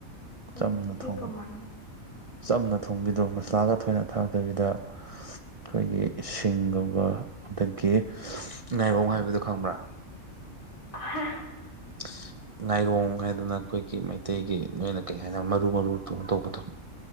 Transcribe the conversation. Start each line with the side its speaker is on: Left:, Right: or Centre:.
Left: ꯍꯩꯇꯦ
Right: ꯆꯝꯅ ꯊꯣꯡ
Left: ꯀꯃꯥꯏꯅ
Right: ꯆꯝꯅ ꯊꯣꯡꯕꯤꯗꯣ ꯃꯁꯂꯥꯒ ꯊꯣꯏꯅ ꯊꯥꯛꯇꯕꯤꯗ ꯑꯩꯈꯣꯏꯒꯤ ꯁꯤꯡꯒꯨꯝꯕ ꯑꯗꯒꯤ ꯉꯥꯏꯔꯣꯡ ꯍꯥꯏꯕꯗꯣ ꯈꯪꯕ꯭ꯔꯥ
Left: ꯍꯥ
Right: <unintelligible> ꯉꯥꯏꯔꯣꯡ ꯍꯥꯏꯗꯅ ꯑꯩꯈꯣꯏꯒꯤ ꯃꯩꯇꯩꯒꯤ ꯅꯣꯏꯅ ꯀꯩ ꯍꯥꯏꯅ ꯃꯔꯨ ꯃꯔꯨ ꯗꯧ ꯇꯧꯕꯗꯣ